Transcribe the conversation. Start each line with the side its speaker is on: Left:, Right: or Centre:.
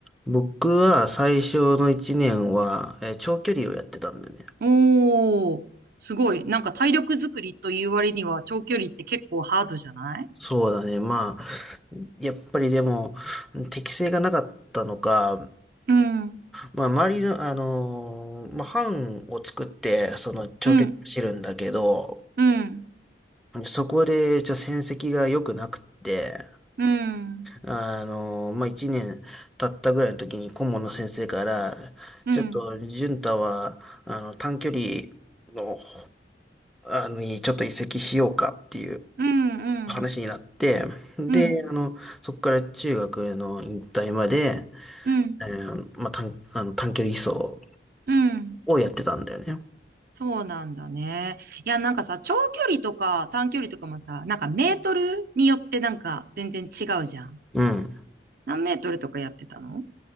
Centre: 僕は最初の1年は、えー長距離をやってたんだよね。
Right: おー、すごい。なんか体力作りという割には長距離って結構ハードじゃない
Centre: そうだね。まあ、やっぱりでも、適性がなかったのか、
Right: うん、
Centre: まあ、周りの、あのーまあ、班を作って、その長距離走るんだけど、
Right: うん、うん、
Centre: そこで、ちょ、戦績が良くなくって、
Right: うん、
Centre: あの、まあ、一年経ったぐらいの時に顧問の先生から、
Right: うん、
Centre: ちょっと、
Right: うん、
Centre: 潤太は、あの、短距離の、あの、にちょっと移籍しようかっていう
Right: うん、うん、
Centre: 話になって、で、
Right: うん、
Centre: あの、そこから中学の引退まで、
Right: うん。
Centre: えーまあ、短、あの、短距離走
Right: うん
Centre: をやってたんだよね。
Right: そうなんだね。いや、なんかさ、長距離とか短距離とかもさ、なんかメートルによってなんか全然違うじゃん。
Centre: うん。
Right: 何メートルとかやってたの